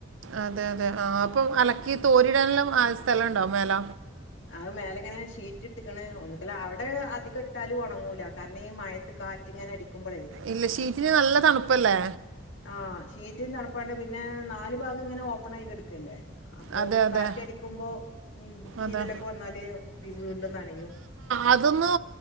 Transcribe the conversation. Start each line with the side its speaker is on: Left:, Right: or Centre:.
Right: അതെ അതെ ആഹ് അപ്പൊ അലക്കി തോരിടാനെല്ലാം ആ സ്ഥലം ഉണ്ടോ മേല??
Left: അത് മേലെ ഇങ്ങനെ ഷീറ്റ് ഇട്ടക്കണ് ഒന്നുകിൽ, അവിടെ അധികം ഇട്ടാലും ഉണങ്ങൂല.. കാരണം ഈ മഴത്ത് കാറ്റ് ഇങ്ങനെ അടിക്കുമ്പോളേ..
Right: ഇല്ല ഷീറ്റിന് നല്ല തണുപ്പല്ലേ?
Left: ആഹ്! ഷീറ്റും തണുപ്പാണ്ട് പിന്നെ നാല് ഭാഗം ഇങ്ങനെ ഓപ്പൺ ആയി എടുക്കും... ക്കല്ലേ? അപ്പോ
Right: അതെ അതെ
Left: കാറ്റടിക്കുമ്പോ ഉ..
Right: അതെ
Left: ചിതലൊക്കെ വന്നാല്, വീണ്ടും നനയും... !
Right: അതൊന്നു,